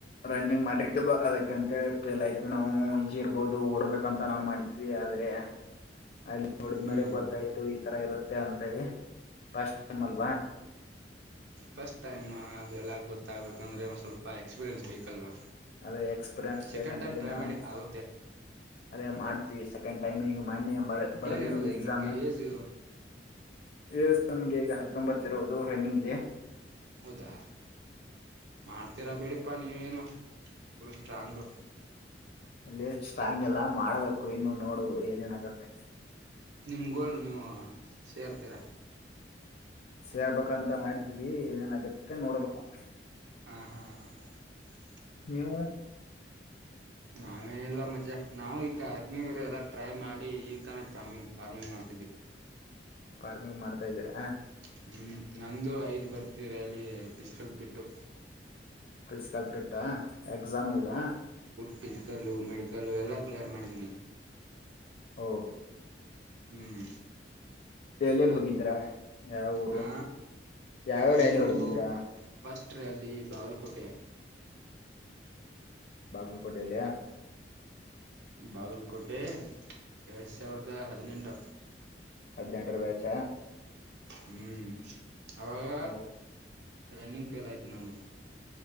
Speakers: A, on the left; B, on the right.
A: ರನ್ನಿಂಗ್ ಮಾಡ್ರಿ ಕೆಲ್ ಅದಕ್ಕ ಅಂತ ಪ ಎಲ್ ಆಯ್ತು ನಾವು ಇಜಿ ಇರ್ಬೋದು ಓಡ್ಬೇಕಂತ ನಾವವು ಮಾಡಿದ್ವಿ ಆದ್ರೆ ಅ ನೋಡಿದ್ಮೇಲೆ
B: ಹ್ಮ್
A: ಗೊತ್ತಾಯ್ತು ಈತರ ಇರುತ್ತೆ ಅಂಂತೇಳಿ ಫಸ್ಟ್ ಟೈಮ್ ಅಲ್ವಾ
B: ಫಸ್ಟ್ ಟೈಮ್ ನ ಅದು ಎಲ್ಲ ಗೊತ್ತಾಗ್ಬೇಕುಂದ್ರೆ ಒಂದ್ ಸ್ವಲ್ಪ ಎಕ್ಸ್ಪೀರಿಯೆನ್ಸ್ ಬೇಕಲ್ವಾ
A: ಅದೇ ಎಕ್ಸ್ಪೀರಿನ್ಸ್
B: ಸೆಕೆಂಡ್
A: ಬೇಕಂತ
B: ಟೈಮ್
A: ಹೇಳಿ
B: ಟ್ರೈ
A: ನಾವು
B: ಮಾಡಿ ಆಗುತ್ತೆ
A: ಅದೇ ಮಾಡ್ ಸೆಕೆಂಡ್ ಟೈಮ್ ಈಗ ಮನ್ಯ ಬರ್ದಿದ್ವಿ
B: ಏನಿರೋದು
A: ಎಕ್ಸಾಮು
B: ಈಗ ನಿಮ್ಗೆ ಏಜ್
A: ಎಎಸ್ಎಮ್ಗೆ ಈಗ ಹತ್ತೊಂಬತ್ತಿರುವುದು ರನ್ನಿಂಗ್ ಇದೆ
B: ಹೌದಾ ಮಾಡ್ತೀರಾ ಬಿಡಿ ಪ್ಪಾ ನೀವೇನು ಫುಲ್ ಸ್ಟ್ರಾಂಗು
A: ಅಲ್ಲಿ ಸ್ಟಾಂಗ್ ಎಲ್ಲ ಮಾಡ್ಬೇಕು ಇನ್ನು ನೋಡುದು ಏನೇನಗತ್ತೆ
B: ನಿಮ್ಗೋಲ್ ನೀವು ಸೇರ್ತೀರ
A: ಸೇರ್ಬೇಕಂತ ಮಾಡಿದ್ವಿ ಏನೇನಗತ್ತೆ ನೋಡ್ಬೇಕು
B: ಹ್ಮ್ ಹ್ಮ್ ಹ್ಮ್
A: ನೀವು
B: ನಾವೇನಿಲ್ಲ ಮಜೆ ನಾ್ ಈಗ ಅಗ್ನಿವರ ಎಲ್ಲಾ ಟ್ರೈ ಮಾಡಿ ಇರ್ತಾನೆ ರಾರ್ಮಿಂಗ್ ಫಾರ್ಮಿಂಗ್ ಮಾಡ್
A: ಫಾರ್ಮಿಂಗ್ ಮಾಡ್ತಾ ಇದ್ದೀರಾ
B: ಹ್ಮ್ ನಂದು ಐದ್ ಬರ್ತಿ ರ್ಯಾಲಿ ಪಿಸ್ಕಲ್ ಬಿಟ್ಟು
A: ಫಿಸಿಕಲ್ ಪೆಟ್ಟಾ ಎಕ್ಸಾಮ್ ಇದದಾ
B: ಫಿಸಿಕಲ್ಲ ಮೆಡಿಕಲ್ಲು ಎಲ್ಲಾ ಕ್ಲಿಯರ್ ಮಾಡಿದೀನಿ
A: ಹಓ
B: ಹ್ಮ್
A: ಎಲ್ಲಿಲ್ಲಿ ಹೋಗಿದ್ರಾ ಯಾವ ಊರು
B: ಹ
A: ಯಾವ
B: ನಂದು
A: ರ್ಯಾಲಿ ಹೊಡೆದಿದ್ರ
B: ಫಸ್ಟ್ ಅಲ್ಲಿ ಬಾಗಲಕೋಟೆ
A: ಬಾಗಲಕೋಟೆಲ್ಲಿ
B: ಬಾಗಲ್ಕೋಟೆ ಎರಡ್ ಸಾವಿರದ ಹದಿನೆಂಟು
A: ಹದಿನೆಂಟು ರೂಪಾಯಿ ಹೆಚ್ಚ
B: ಹ್ಮ್ ಅವಾಗ
A: ಓ
B: ರನ್ನಿಂಗ್ ಪೇಲ್ ಆಯ್ತು ನಂದು